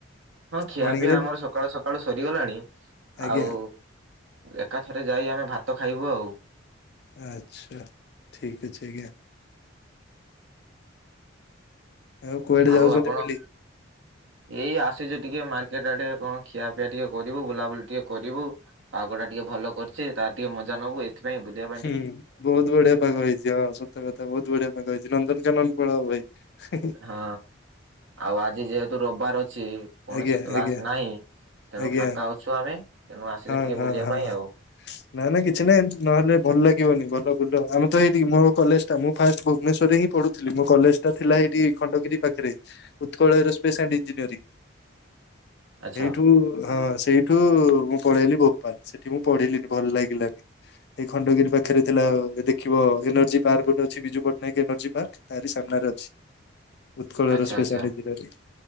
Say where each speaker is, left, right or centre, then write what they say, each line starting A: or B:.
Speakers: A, on the right; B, on the left.
A: ହଁ, ଖିଆପିଆ
B: ମର୍ଣ୍ଣିଂ ରେ
A: ଆମର ସକାଳୁ ସକାଳୁ ସରିଗଲାଣି।
B: ଆଜ୍ଞା
A: ଆଉ ଏକାଥରେ ଯାଇ ଆମେ ଭାତ ଖାଇବୁ ଆଉ।
B: ଆଚ୍ଛା, ଠିକ୍ ଅଛି ଆଜ୍ଞା। ଆଉ କୁଆଡେ ଯାଉଛନ୍ତି
A: ଆଉ ଆପଣ?
B: ବୁଲି?
A: ଏଇ ଆସିଚୁ ଟିକେ ମାର୍କେଟ ଆଡେ, କଣ ଖିଆପିଆ ଟିକେ କରିବୁ, ବୁଲାବୁଲି ଟିକେ କରିବୁ? ପାଗ ଟା ଟିକେ ଭଲ କରିଚି। ତାର ଟିକେ ମଜା ନବୁ ଏତ୍ ସେଥିପାଇଁ ବୁଲିଆ
B: ହୁଁ, ହୁଁ ବହୁତ ବଢିଆ ପାଗ ହେଇଛି। ହଁ, ସତ୍ ତ କଥା ବହୁତ ବଢିଆ ପାଗ ହେଇଛି, ନନ୍ଦନକାନନ ପଳାଅ ଭାଇ। <unintelligible>
A: ହଁ, ଆଉ ଆଜି ଯେହେତୁ, ରବ୍ ବାର ଅଛି।
B: ଆଜ୍ଞା
A: କୌଣସି କ୍ଲାସ୍
B: ଆଜ୍ଞା
A: ନାହିଁ। ତେଣୁ
B: ଆଜ୍ଞା
A: ଫାଙ୍କା ଅଛୁ ଆମେ, ତେଣୁ ଆସିଲି
B: ହଁ
A: ଟିକେ
B: ହଁ
A: ବୁଲିବା
B: ହଁ
A: ପାଇଁ ଆଉ।
B: ନା, ନାଇଁ କିଛି ନାଇଁ! ଏମିତି ନହେଲେ ଭଲ ଲାଗିବନି। ଭଲ ବୁଲ, ଆମେ ତ ଏଇଠିକି ମୋ କଲେଜ୍ ଟା, ମୁଁ ଫାଷ୍ଟ ଭୁବନେଶ୍ଵରରେ ହିଁ ପଢ଼ୁଥିଲି। ମୋ କଲେଜଟା ଥିଲା ହେଇଠି ଖଣ୍ଡଗିରି ପାଖରେ, ଉତ୍କଳ ଏରୋସ୍ପେସ୍ ଆଣ୍ଡ ଇଞ୍ଜିନିୟରିଂ।
A: ଆଚ୍ଛା।
B: ଟୁ ହଁ, ସେଇଠୁ ମୁଁ ପଳେଇଲି ଭୋପାଲ୍। ସେଠି ମୁଁ ପଢିଲିନି ଭଲ ଲାଗିଲାନି। ଏଇ ଖଣ୍ଡଗିରି ପାଖରେ ଥିଲା ଦେଖିବ ଏନର୍ଜି ପାର୍କ ଗୋଟେ ଅଛି, ବିଜୁ ପଟ୍ଟନାୟକ ଏନର୍ଜି ପାର୍କ। ତାରି ସାମ୍ନାରେ ଅଛି। ଉତ୍କଳର
A: ଆଚ୍ଛା
B: ସ୍ପେସାଲିକ୍
A: ଆଚ୍ଛା
B: ଦିନରେ,